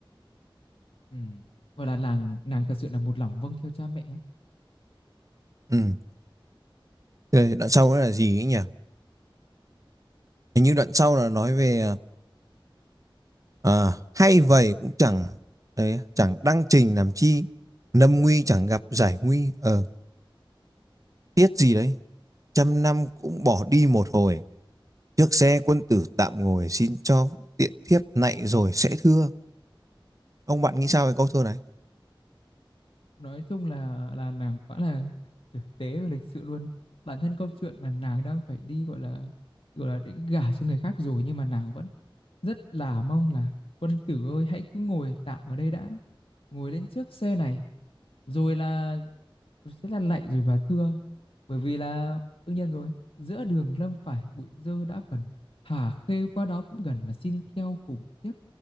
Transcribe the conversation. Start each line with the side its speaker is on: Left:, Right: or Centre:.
Left: Ừ. Gọi là nàng nàng thật sự là một lòng vâng theo cha mẹ á.
Right: Ừ. Thế Đoạn sau nữa là gì ấy nhỉ? Hình như đoạn sau là nói về à, Ờ, hay vậy cũng chẳng đấy, chẳng đăng trình làm chi lâm nguy chẳng gặp giải nguy ờ tiếc gì đấy trăm năm cũng bỏ đi một hồi trước xe quân tử tạm ngồi xin cho tiện thiếp nạy rồi sẽ thưa ông bạn nghĩ sao về câu thơ này
Left: nói chung là là nàng quá là thực tế và lịch sự luôn bản thân câu chuyện là nàng đang phải đi gọi là gọi là để gả cho người khác rồi nhưng mà nàng vẫn rất là mong là quân tử ơi hãy cứ ngồi tạm ở đây đã ngồi lên trước xe này rồi là sẽ là lạy rồi và thưa bởi vì là đương nhiên rồi giữa đường lâm phải bụi dơ đã phần hà khê qua đó cũng gần mà xin theo cùng tiếp